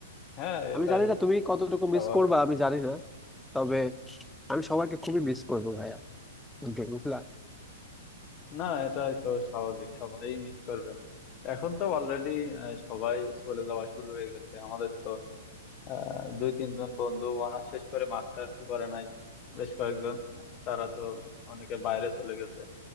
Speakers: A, on the left; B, in the centre.
A: হ্যাঁ এটাই
B: আমি জানি না তুমি কতটুকু
A: স্বাভাবিক
B: মিস করবা আমি জানি না তবে আমি সবাইকে খুবই মিস করবো ভাইয়া বুঝলে বুঝলা
A: না এটাই তো স্বাভাবিক সবাই মিস করবে এখন তো অলরেডি সবাই চলে যাওয়া শুরু হয়ে গেছে আমাদের তো আহ, দুই তিনজন বন্ধু অনার্স শেষ করে মাস্টার্স করে নাই বেশ কয়েকজন আহ, তারা তো অনেকে বাইরে চলে গেছে